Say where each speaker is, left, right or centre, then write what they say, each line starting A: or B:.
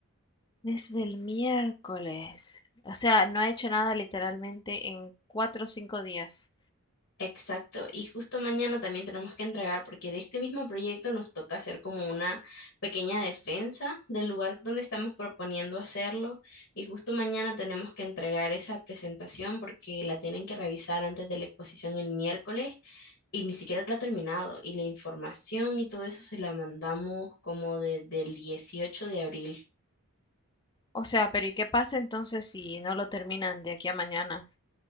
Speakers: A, on the left; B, on the left.
A: Desde el miércoles. O sea, no ha hecho nada literalmente en cuatro o cinco días.
B: Exacto, y justo mañana también tenemos que entregar, porque de este mismo proyecto nos toca hacer como una pequeña defensa del lugar donde estamos proponiendo hacerlo, y justo mañana tenemos que entregar esa presentación porque la tienen que revisar antes de la exposición el miércoles y ni siquiera la ha terminado, y la información y todo eso se la mandamos como desde el 18 de abril.
A: O sea, pero ¿y qué pasa entonces si no lo terminan de aquí a mañana?